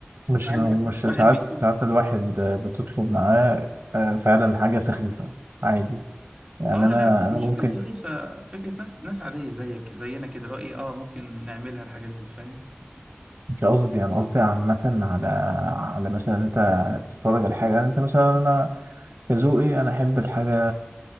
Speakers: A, on the right; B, on the right.
A: مش
B: فعادي
A: مش
B: واحد واحد
A: ساعات
B: بيسوق
A: ساعات الواحد آه، بتطلب معاه آه، فعلا حاجة سخيفة عادي يعني
B: اه
A: أنا
B: لا مش
A: أنا ممكن
B: فكرة سخيفة فكرة ناس ناس عادية زيك زينا كده اللي هو ايه اه ممكن نعملها الحاجات دي فاهم
A: مش قصدي أنا قصدي عامة على على مثلا أنت تتفرج على حاجة يعني أنت مثلا أنا كذوقي انا احب الحاجه